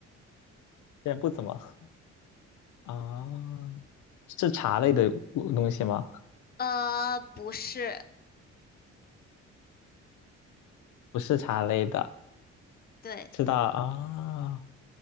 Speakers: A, on the left; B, on the left.
A: 现在不怎么喝啊，是茶类的物东西吗？
B: 呃，不是，
A: 不是茶类的，
B: 对，
A: 知道啊？